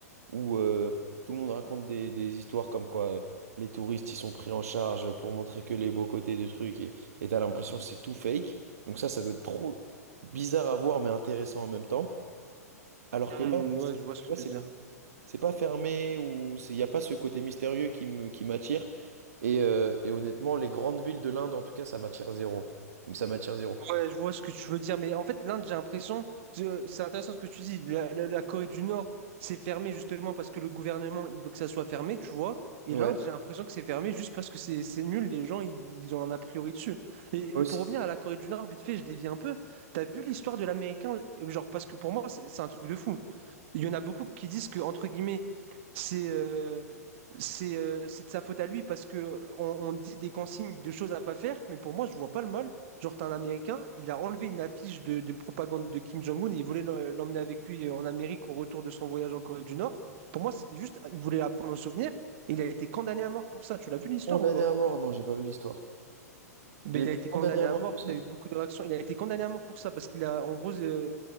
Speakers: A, on the right; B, on the right.
A: où euh, tout le monde raconte des, des histoires comme quoi euh, les touristes ils sont pris en charge pour montrer que les beaux côtés des trucs et et t'as l'impression que c'est tout fake. Donc ça, ça doit être trop bizarre à voir mais intéressant en même temps. Alors
B: Hmm,
A: que là, c'est-
B: ouais, je vois ce
A: tu
B: que
A: vois,
B: tu
A: c'est
B: veux dire.
A: c'est pas fermé ou il n'y a pas ce côté mystérieux qui me, qui m'attire. Et, euh, et honnêtement, les grandes villes de l'Inde, en tout cas, ça m'attire zéro. Ça m'attire zéro.
B: Ouais, je vois ce que tu veux dire, mais en fait, l'Inde, j'ai l'impression, je- c'est intéressant ce que tu dis, la, la- la Corée du Nord, c'est fermé justement parce que le gouvernement, il veut que ça soit fermé, tu vois, et
A: Ouais.
B: l'Inde, j'ai l'impression que c'est fermé juste parce que c'est c'est nul, les gens, ils, ils ont un a priori dessus. Et,
A: Aussi,
B: et pour revenir à la Corée du Nord, vite fait, je dévie un peu, t'as vu l'histoire de l'Américain, euh, genre, parce que pour moi, c'est c'est un truc de fou il y en a beaucoup qui disent que, entre guillemets, c'est euh, c'est euh, c'est de sa faute à lui parce que euh, on, on dit des consignes de choses à pas faire, mais pour moi, je vois pas le mal. Genre, t'as un Américain, il a enlevé une affiche de, de propagande de Kim Jong-un et il voulait l'em- l'emmener avec lui en Amérique au retour de son voyage en Corée du Nord. Pour moi, c'était juste, il voulait la prendre en souvenir. et Il a été condamné à mort pour ça. Tu l'as vu l'histoire
A: condamné
B: ou pas?
A: à mort, non, j'ai pas vu l'histoire.
B: ben
A: Il
B: il
A: était
B: a été condamné
A: condamné à
B: à
A: mort
B: mort.
A: pour ça?
B: t'as eu beaucoup de réactions. Il a été condamné à mort pour ça parce qu'il a, en gros, euh,